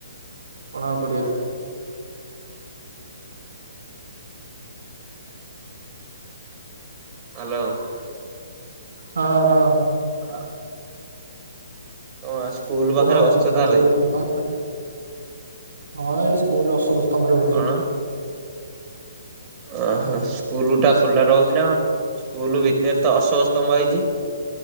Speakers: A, on the right; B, on the right.
A: କଣ ଆଉ କରିଆ ।
B: ହାଲୋ ।
A: ହଁ ହଁ ।
B: ହଁ <unintelligible> ହ ସ୍କୁଲ
A: କୁହ
B: ପାଖରେ
A: ଆଉ
B: ବସିଛ ତାହେଲେ
A: ତମେ ହଁ ଏଇ ସ୍କୁଲ ଅଶୋକ ସ୍ତମ୍ଭରେ ରହୁଥିଲି।
B: କଣ? ଓହୋ ସ୍କୁଲ ଟା ଖୋଲା ରହୁଛି ନା କଣ? ସ୍କୁଲ ଭିତରେ ତ ଅଶୋକ ସ୍ତମ୍ଭ ହେଇଛି । <inaudible>